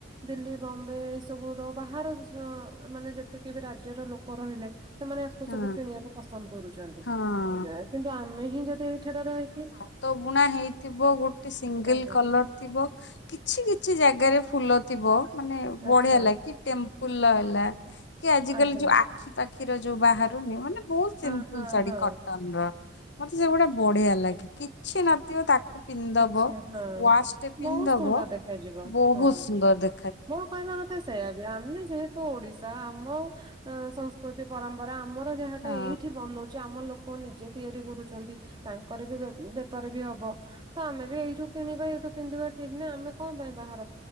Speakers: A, on the right; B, on the left.
A: ଦିଲ୍ଲୀ ବମ୍ବେ ଏଇ ସବୁ ର ବାହାର ମାନେ ଯେତିକି ବି ରାଜ୍ୟର ଲୋକ ରହିଲେ ସେମାନେ ଆକୁ
B: ହଁ
A: ସବୁ କିଣିବାକୁ ପସନ୍ଦ କରୁଛନ୍ତି
B: ହଁ
A: କିନ୍ତୁ ଆମେ ହିଁ ଯଦି ଏଇଠାରେ ରହିକି
B: ତ ବୁଣା ହେଇଥିବ ଗୋଟେ ସିଙ୍ଗଲ୍
A: ଆଜ୍ଞା
B: କଲର୍ ଥିବ କିଛି କିଛି ଜାଗାରେ ଫୁଲ ଥିବ ମାନେ ବଢିଆ
A: ଆଚ୍ଛା
B: ଲାଗି ଟେମ୍ପୁଲ ହେଲା କି ଆଜି
A: ଆଜ୍ଞା
B: କାଲି ଯୋଉ ଆଖି ପାଖିର ଯୋଉ ବାହାରୁନି ମାନେ ବହୁତ ସିମ୍ପଲ
A: ହଁ ହଁ
B: ଶାଢୀ
A: ହଁ
B: କଟନ ର ମତେ ସେଗୁଡା ବଢିଆ ଲାଗେ କିଛି ନଥିବ ତା ପିନ୍ଧିଦବ
A: କିଛି ହଁ।
B: ୱାଚ୍ ଟେ ପିନ୍ଧିଦବ
A: ବହୁତ ସୁନ୍ଦର ଦେଖାଯିବ
B: ବହୁତ
A: ହଁ
B: ସୁନ୍ଦର ଦେ
A: ମୋ କହିବା କଥା ସେଇୟା ବି ଆମେ ଯେହେ ତୁ ଓଡିଶା ଆମ ସଂସ୍କୃତି ପରମ୍ପରା ଆମର ଯାହାଟା
B: ହଁ
A: ଏଇଠି ବନଉଚୁ ଆମ ଲୋ କୋ ନିଜେ ତିଆରି କରୁଛନ୍ତି ତାଙ୍କର ବି ବେପାର ବି ହବ। ତ ଆମେ ବି ଏଇଠୁ କିଣିବା ଏଇଠୁ ପିନ୍ଧିବା ଠିକ୍ ନା ଆମେ କଣ ପାଇଁ ବାହାର